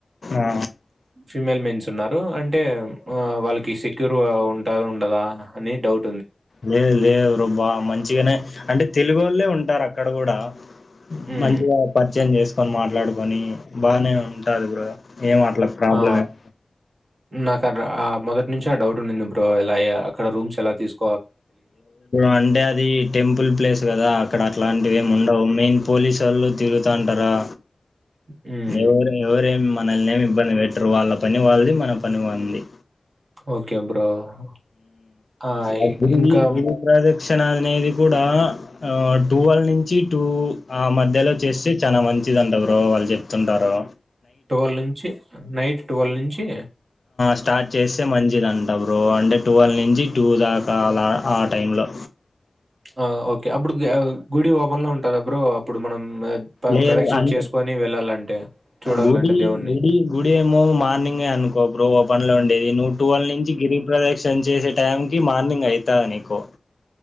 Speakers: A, on the left; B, on the right.
A: ఆ!
B: ఫిమేల్ మెన్స్ ఉన్నారు అంటే అంటే వాళ్ళకి సెక్యూర్ ఉంటదా ఉండదా అని డౌట్
A: లే లేదు బ్రో మంచిగానే అంటే తెలుగు ఓల్లే ఉంటారు అక్కడ కూడా
B: హ్మ్.
A: మంచిగా పరిచయం చేసుకొని మాట్లాడుకొని బాగానే ఉంటది బ్రో ఏం అట్లా ప్రాబ్లమ్
B: ఆ
A: ఏం
B: నాకక్క ఆ మొదటి నుంచి ఆ డౌట్ ఉండింది బ్రో ఎలా అక్కడ రూమ్స్ ఎలా తీసుకు
A: అంటే అది టెంపుల్ ప్లేస్ కదా అక్కడ అట్లాంటిఏమి ఉండవు మెయిన్ పోలీస్ వాళ్ళు తిరుగుతాంటారా
B: హ్మ్.
A: ఎవరు ఎవరేమి మనల్నినేమి ఇబ్బంది పెట్టరు వాళ్ళ పని వాళ్ళది మన పని మనది
B: ఓకే బ్రో. ఆ!
A: అయితే
B: ఇంకా
A: ఈ గుడి ప్రాజెక్ట్స్ అనేది కూడా టూవేలెవ్ నుంచి టూ ఆ మధ్యలో చేస్తే చానా మంచి మంచిదంట బ్రో వాళ్ళు చెపుతుంటారు
B: ట్వల్వ్ నుంచి నైట్ ట్వల్వ్ నుంచి
A: స్టార్ట్ చేస్తే మంచిదంట బ్రో అంటే ట్వల్వ్ నుంచి టూ దాకా అలా ఆ టైంలో
B: ఆ ఓకే అప్పుడు గుడి ఓపన్ లో ఉంటంద బ్రో అప్పుడు మనం
A: లేదు
B: ప్రదక్షణ
A: అంటే
B: చేసుకోని వెళ్ళాలంటే చూడాలంటే
A: గుడి
B: దేవుడిని.
A: గుడి గుడి ఏమో మార్నింగే అనుకో బ్రో ఓ పనులో ఉండేది నువ్వు ట్వెల్వ్ నుంచి గిరి ప్రదక్షణ చేసే టైం కి మార్నింగ్ అయితంది నీకు